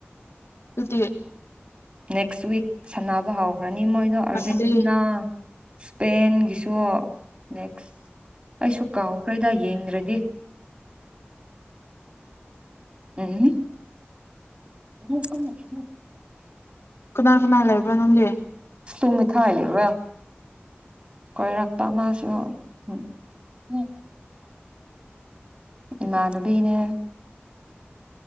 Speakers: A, on the left; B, on the right.
A: ꯑꯗꯨꯗꯤ
B: ꯅꯦꯛꯁ ꯋꯤꯛ ꯁꯥꯟꯅꯕ ꯍꯧꯈ꯭ꯔꯅꯤ ꯃꯣꯏꯗꯣ ꯑꯥꯔꯖꯦꯟꯇꯤꯅꯥ
A: ꯅꯪꯗꯤ
B: ꯏꯁꯄꯦꯟꯒꯤꯁꯨ ꯅꯦꯛꯁ ꯑꯩꯁꯨꯨ ꯀꯥꯎ ꯑꯩꯈꯣꯏꯗ ꯌꯦꯡꯗ꯭ꯔꯗꯤ ꯎꯝ ꯌꯦ
A: ꯀꯅꯥ ꯀꯅꯥ ꯂꯩꯕ꯭ꯔꯣ ꯅꯪꯒꯤꯦ
B: ꯇꯨꯃꯤ ꯊꯥ ꯂꯒ ꯀꯣꯏꯔꯛꯄ ꯃꯁꯨ ꯎꯝ ꯎꯝ ꯏꯃꯥꯟꯅꯕꯤꯅꯦ